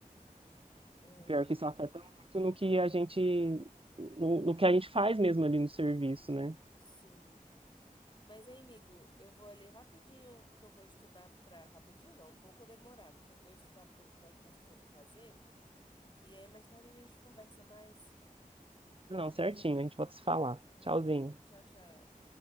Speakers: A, on the left; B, on the right.
A: Ai,
B: Pior que isso afeta muito no que a gente. No, no que a gente faz mesmo ali no serviço, né?
A: sim. Mas, hein, amigo, eu vou ali rapidinho, que eu vou estudar pra... Rapidinho não, um pouco demorado, que eu vou estudar pro concurso que eu vou fazer. E aí, mais tarde a gente conversa mais.
B: Não, certinho, a gente volta a se falar. Tchauzinho.
A: Pronto, tchau, tchau.